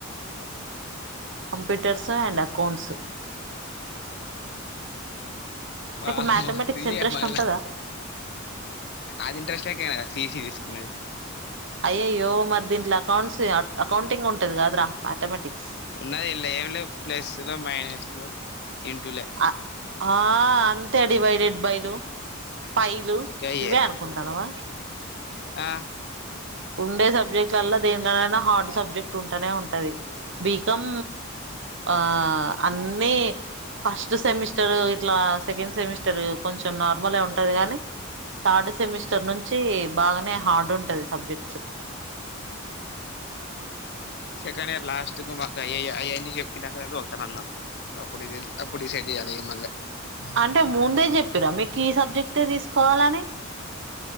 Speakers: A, on the right (about 60°); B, on the left (about 50°).
A: కంప్యూటర్స్ అండ్ అకౌంట్స్
B: వామ్మో
A: నీకు మ్యాథమెటిక్స్
B: సీ
A: ఇంట్రెస్ట్
B: ఏ మల్ల
A: ఉంటదా
B: అది ఇంట్రెస్ట్ లేకనే గద సీ ఈ సి తీసుకున్నది
A: అయ్యయ్యో మరి దీంట్ల అకౌంట్స్ అకౌంటింగ్ ఉంటది గాదురా మ్యాథమెటిక్స్
B: ఉన్నది ఇళ్ల ఏం లేవ్ ప్లస్సులు, మైనస్లు, ఇంటూలే
A: అ ఆ అంతే డివైడెడ్ బైలు, పైలు
B: గయ్యే
A: ఇవే అనుకక్ కుంటానవా
B: ఆ
A: ఉండే సబ్జెక్టులల్లా దేంట్లనైనా హార్డ్ సబ్జెక్ట్ ఉంటనే ఉంటది బీ కం ఆ అన్ని ఫస్ట్ సెమిస్టర్ ఇట్లా సెకండ్ సెమిస్టర్ కొంచెం నార్మలే ఉంటది గని థర్డ్ సెమిస్టర్ నుంచి బాగనే హార్డ్ ఉంటది సబ్జెక్ట్ స్
B: సెకండ్ ఇయర్ లాస్ట్ కు మాకు అయయ్య అయన్నీ చెప్పినాకనే తోల్తనన్నరు సప్పుడుదెల్త్ అప్పుడు డిసైడ్ జేయాలిగ మళ్ళ
A: అంటే ముందే చెప్పిర్రా మీకు ఈ సబ్జెక్టే తీసుకోవాలని